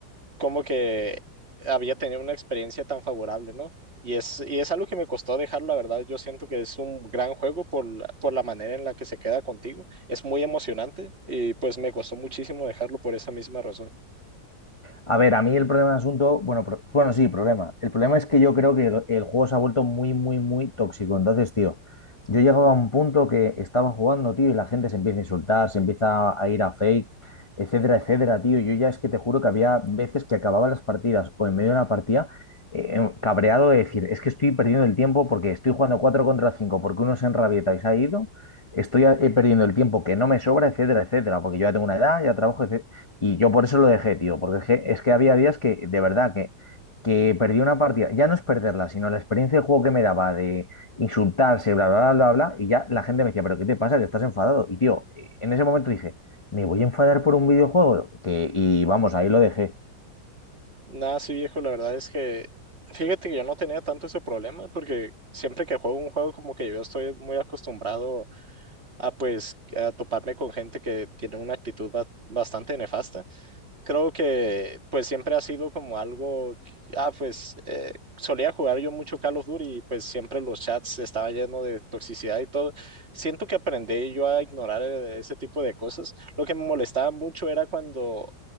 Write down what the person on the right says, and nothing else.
como que había tenido una experiencia tan favorable, ¿no? Y es, y es algo que me costó dejar, la verdad, yo siento que es un gran juego por, la- por la manera en la que se queda contigo. Es muy emocionante y pues me costó muchísimo dejarlo por esa misma razón.
Nada, sí, viejo, la verdad es que fíjate que yo no tenía tanto ese problema porque siempre que juego un juego como que yo estoy muy acostumbrado a pues a toparme con gente que tiene una actitud ba- bastante nefasta. Creo que pues siempre ha sido como algo, que- ah, pues eh, solía jugar yo mucho Call of Duty y pues siempre los chats estaban llenos de toxicidad y todo. Siento que aprendí yo a ignorar eh, ese tipo de cosas. Lo que me molestaba mucho era cuando